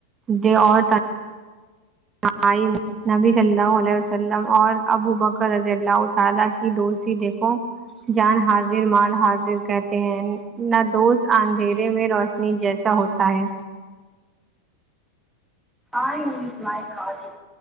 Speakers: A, on the right; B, in the centre.
A: دے اور ٹائم نبی صلی اللہ علیہ وسلم اور ابو بکر رضی اللہ تعالی کی دوستی دیکھو جان حاضر مال حاضر کرتے ہیں نہ دوست اندھیرے میں روشنی جیسا ہوت تا ہے
B: آئی امی میں کہاتیو